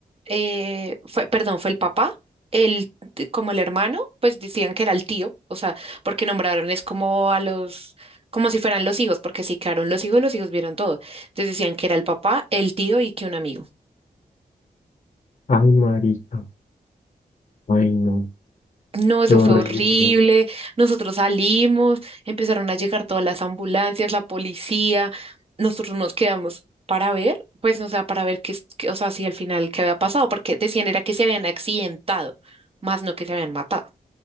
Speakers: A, on the right; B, on the left.
A: eh, fue, perdón, fue el papá, el, t- como el hermano, pues decían que era el tío, o sea, porque nombraron es como a los, como si fueran los hijos, porque si quedaron los hijos, los hijos vieron todo. Entonces decían que era el papá, el tío y que un amigo.
B: ay, marica, ay, no,
A: No, eso
B: qué horrible.
A: fue horrible. Nosotros salimos, empezaron a llegar todas las ambulancias, la policía. Nosotros nos quedamos para ver, pues, o sea, para ver qué, es- qué- o sea, si al final qué había pasado, porque decían era que se habían accidentado, más no que se habían matado.